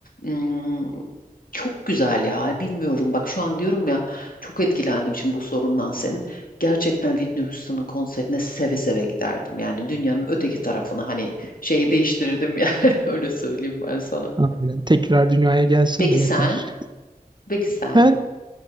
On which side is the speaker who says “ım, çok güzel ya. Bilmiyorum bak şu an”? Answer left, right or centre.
Left